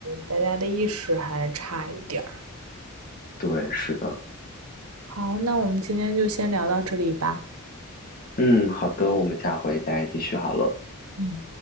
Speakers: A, on the right; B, on the left.
A: 大家的意识还差一点儿。
B: 对，是的，
A: 好，那我们今天就先聊到这里吧。
B: 嗯，好的，我们下回再继续好了。
A: 嗯。